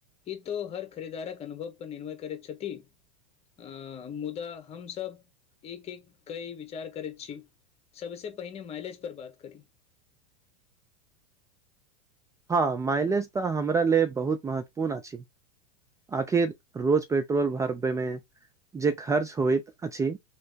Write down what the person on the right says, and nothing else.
हँ माइलेज तऽ हमरा ले बहुत महत्वपूर्ण अछि आखिर रोज पेट्रोल भरबे मे जे खर्च होइत अछि